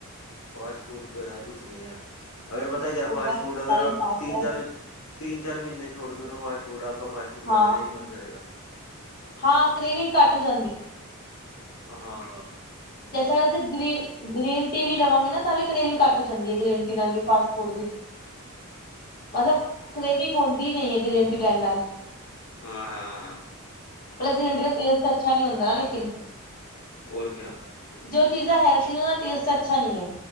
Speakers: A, on the left; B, on the left.
A: ਫਾਸਟ ਫੂਡ ਤੋਂ ਯਾਰ। ਕੁਛ ਨਹੀਂ ਹੈ ਅਗਰ ਪਤਾ ਕਿਆ ਫਾਸਟ
B: ਦਾ ਟਾਈਮ
A: ਫੂਡ ਅਗਰ ਆਪ
B: ਪਾਸ
A: ਤਿੰਨ
B: ਹੈ
A: ਚਾਰ। ਤਿੰਨ ਚਾਰ ਮਹੀਨੇ ਛੜ ਦੋ ਨਾ ਫਾਸਟ ਫੂਡ ਆਪ ਕਾ ਫਾਸਟ ਫੂਡ
B: ਹਾਂ
A: ਖਾਨੇ ਕਾ ਹੀ ਮਨ ਨਹੀਂ ਮਨ ਕਰੇਗਾ।
B: ਹਾਂ ਕਰ੍ਰੇਵਿੰਗ ਘੱਟ ਹੋ ਜਾਂਦੀ।
A: ਹਾਂ।
B: ਜੈਸਾੈਸੇ ਗ੍ਰੀਨ ਗ੍ਰੀਨ। ਟੀ ਵੀ ਲਵਾਂਗੇ ਨਾ। ਤਾਂ ਵੀ ਕਰ੍ਰੇਵਿੰਗ ਘੱਟ ਜਾਂਦੀ ਹੈ। ਗ੍ਰਟੀ ਨਾਲ ਵੀ ਫਾਸਟ ਫੂਡ ਦੀ। ਮਤਲਬ ਕਰੇਵਿੰਗ ਹੁੰਦੀ ਨਹੀਂ ਹੈ। ਗ੍ਰਨ ਟੀ ਲੈਣ ਨਾਲ।
A: ਹਾਂ ਹਾਂ ਹਾਂ।
B: ਮਤਲਬ ਗਰੰਟੀ ਦਾ ਟੇਸਟ ਤਾਂ ਅੱਛਾ ਨਹੀਂ ਹੁੰਦਾ ਨਾ ਲੇਕਿਨ
A: ਹੋਰ ਕਿਆ।
B: ਜੋ ਚੀਜ਼ਾਂ ਹੈਲਥ ਨੇ ਉਹ ਦਾ ਟੇਸਟ ਅੱਛਾ ਨੀ ਹੈ